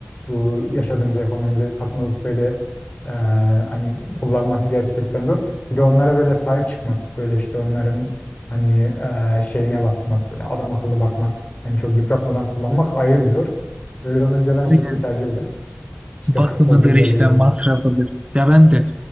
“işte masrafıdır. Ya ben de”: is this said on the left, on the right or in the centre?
Right